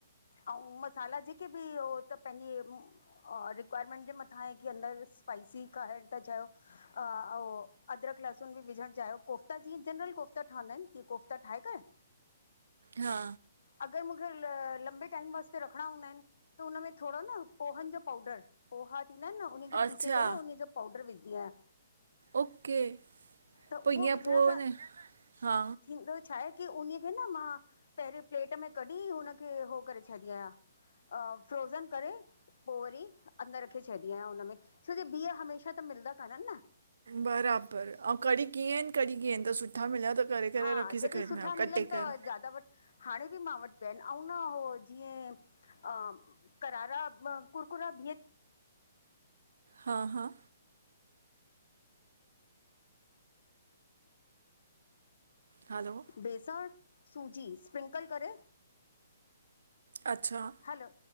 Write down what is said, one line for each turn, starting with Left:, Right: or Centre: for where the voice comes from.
Left: अऊं मसाला जेक जेके बि उ त पंहिंजे रिक्वायरमेंट जे मथां आहे की अंदरि स्पाइसी खाइण था चाहियो अ अऊं अदरक लहसुन बि विझण चाहियो, कोफ़्ता जीअं जनरल कोफ़्ता ठहंदा आहिनि, ती कोफ़्ता ठाहे करे
Right: हा
Left: अगरि मूंखे लंबे टाइम वास्ते रखिणा हूंदा आहिनि त उन में थोड़ो न पोहनि जो पाउडर पोहा थींदा आहिनि न उन खे
Right: अच्छा
Left: पीस करे उन जो पाउडर विझंदी आहियां।
Right: ओके,
Left: त
Right: पो
Left: उहो
Right: इंअ
Left: विझण
Right: पो
Left: सां
Right: ह न ह
Left: थींदो छा आहे की उन खे न मां पहिरें प्लेट में कढी उनखे हो करे छॾी आहियां। फ्रोज़न करे पो वरी अंदरि रखे छॾी आहियां हुनमें, छो जो बिह हमेशह त मिलंदा काननि न।
Right: बराबर, अऊं कड़ी कीअं आहिनि, कड़ी कीअं आहिनि त सुठा मिलिया त करे करे
Left: हा
Right: रखी
Left: जॾहिं
Right: सघंदा
Left: सुठा
Right: आहियो कटे
Left: मिलनि त
Right: करे
Left: ज्यादा वठि हाणे बि मां वटि पिया आहिन, अउं न हो जीअं अ करारा कुरकुरा बिअ
Right: हा हा हलो
Left: बेसण, सूजी स्प्रिंकल करे
Right: अच्छा
Left: हलो,